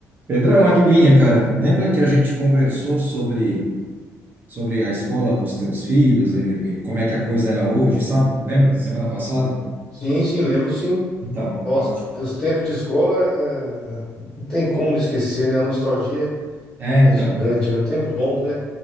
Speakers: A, on the right; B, on the left.
A: Pedrão, adivinha, cara? Lembra que a gente conversou sobre, sobre a escola dos teus filhos e, e como é que a coisa era hoje, sabe? Lembra? Semana passada?
B: Sim, sim, lembro sim.
A: Então,
B: Nossa,
A: pa-
B: que os tempos de escola, eh, não tem como não esquecer, né? A nostalgia
A: é,
B: é
A: então,
B: gigante, né? Tempos bons, né?